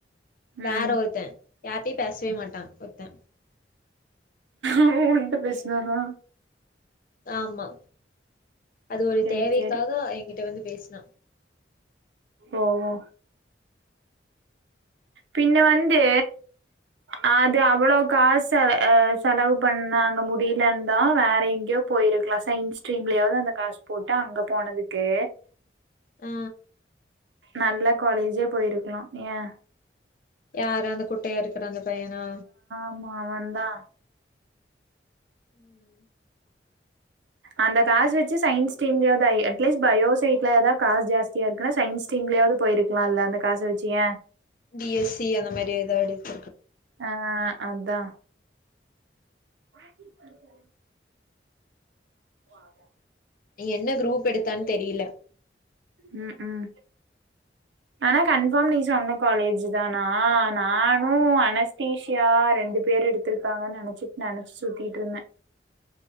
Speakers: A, on the left (about 50°); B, on the right (about 90°).
A: வேற
B: ம்
A: ஒருத்தே யார்ட்டையு பேசவே மாட்டா ஒருத்தே
B: அவ உன்ட பேசுனானா
A: ஆமா அது ஒரு
B: சேரி
A: தேவைக்காக
B: சேரி
A: என்கிட்ட வந்து பேசுனா
B: ஓ ஓ பின்ன வந்து அது அவ்ளோ காசு அவ செலவு பண்ணாங்க முடியலன்னு தா வேற எங்கயோ போயிருக்கலா சயின்ஸ் சிஸ்ட்ரீக்கலயாவது அந்த காசு போட்டு அங்க போனதுக்கு
A: ஆ
B: நல்ல காலேஜே போயிருக்கலா ஏன்
A: யார அந்த குட்டையா இருக்கற அந்த பையனா
B: உம் அவ தா
A: உம்
B: அந்த காச வச்சி சயீன்ஸ் டிம்ல்ல ஆய் அட்லீஸ் பயோசைட்ல ஏதா காசு ஜாஸ் ஏற்க்கனயே சயின்ஸ் டீம்லயாவது போயிருக்கலா இல்ல அந்த காச வச்சு ஏன்
A: பி எஸ் சி அந்த மாரி ஏதாது போட்டுருக்கலா
B: ஆ அதா ஆமா அதா
A: நீ என்ன குரூப் எடுத்தான்னு தெரியல
B: உம் உம் ஆனா கன்ஃபாம் நீ சொன்ன காலேஜ் தானா நானு அன தீஷியா
A: ம்
B: ரெண்டு பேர் எடுத்து இருக்காங்க நெனைச்சிட்டு நெனச்சு சுத்திட்டு இருந்தே